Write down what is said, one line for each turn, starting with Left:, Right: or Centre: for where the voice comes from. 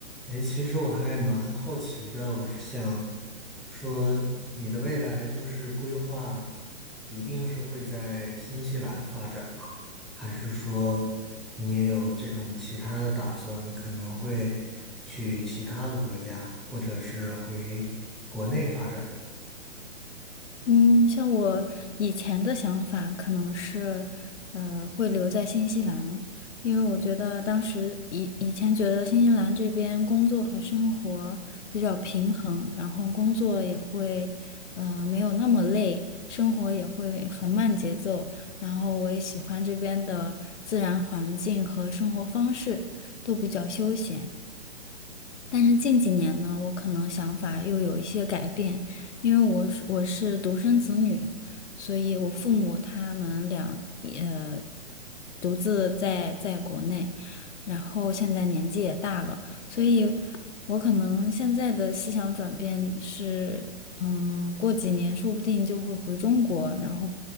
Centre: 哎，其实我还蛮好奇的，我是想说，你的未来就是规划，一定是会在新西兰发展吗？还是说你也有这种其他的打算，可能会去其他的国家，或者是回国内发展？
Left: 嗯，像我以前的想法可能是，呃，会留在新西兰，因为我觉得当时以以前觉得新西兰这边工作和生活比较平衡，然后工作也会，呃，没有那么累，生活也会很慢节奏，然后我也喜欢这边的自然环境和生活方式，都比较休闲。但是近几年呢，我可能想法又有一些改变，因为我是我是独生子女，所以我父母他们俩呃独自在在国内，然后现在年纪也大了，所以我可能现在的思想转变是，嗯，过几年说不定就会回中国，然后